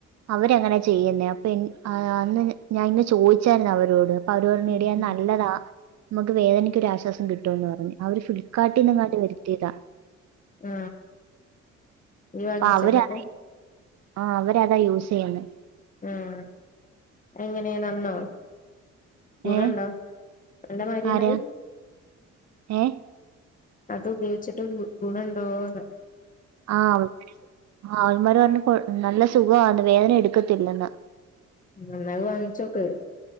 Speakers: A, on the right (about 60°); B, on the left (about 25°).
A: അവരങ്ങനെ ചെയ്യ്ന്നെ അപ്പഞ് അന്ന് ഞാൻ ഇന്ന് ചോദിച്ചായിര്ന്നു അവരോട് അപ്പോ അവര് പറഞ്ഞു
B: ഉം
A: എടി അയ്
B: ഉം
A: നല്ലതാ മ്മക്ക് വേദനക്ക് ഒരു ആശ്വാസം കിട്ടുംന്ന് പറഞ്ഞ്. അവര് ഫ്ലിപ്കാർട്ട്ന്ന് എങ്ങണ്ട് വെ ത്തി താ
B: ആ നീ വാങ്ങിച്ചോ
A: അപ്പൊ അവരാ
B: ഇന്നട്ട്
A: ആ അവരതാ യൂസ് ചെയ്യ്ന്നെ
B: ഉം എങ്ങനെ നന്നോ ഗുണണ്ടോ
A: ഏ
B: അന്റെ മരിയാണ്
A: ആരാ
B: അഹ്‌
A: ഏ
B: അത് ഉപയോയിച്ചിട്ട് ഗു ഗുണണ്ടാേന്ന്
A: ആ അവ ആ അവന്മാര് പറഞ്ഞ് കൊഴ് നല്ല സുഖവാണ് വേദന എടുക്കത്തില്ലെന്ന്
B: ഇന്നാ അഹ്‌ വാങ്ങിച്ചോക്ക്